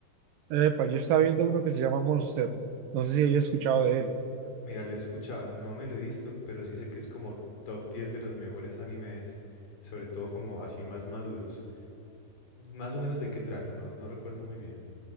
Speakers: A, on the right; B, on the left.
A: Epa, yo estaba viendo uno que se llama Monster. No sé si hayas escuchado de él.
B: Mira, lo he escuchado, no me lo he visto, pero sí sé que es como top 10 de los mejores animes, sobre todo como así más maduros. Más o menos de qué trata, no, no recuerdo muy bien.